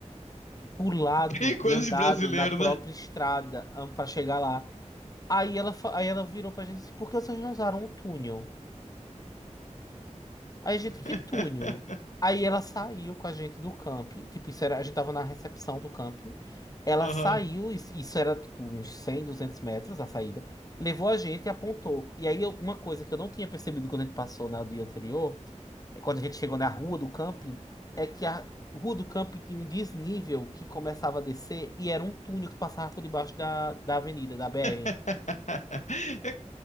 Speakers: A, on the left (about 30°); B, on the left (about 70°).
A: pulado
B: Bem coisa
A: e andado
B: de brasileiro,
A: na própria
B: né?
A: estrada para chegar lá. Aí ela, fa- aí ela virou pra gente e disse, por que vocês não usaram o túnel? Aí, a gente,
B: <laughs>
A: que túnel. Aí ela saiu com a gente do camping. Tipo, isso era, a gente tava na recepção do camping. Ela
B: Aham.
A: saiu, isso isso era tipo uns 100 200 metros a saída. Levou a gente e apontou. E aí, eu- uma coisa que eu não tinha percebido quando a gente passou no dia anterior, é quando a gente chegou na rua do camping, é que a rua do camping tinha um desnível que começava a descer e era um túnel que passava por debaixo da, da avenida, da BR.
B: <laughs>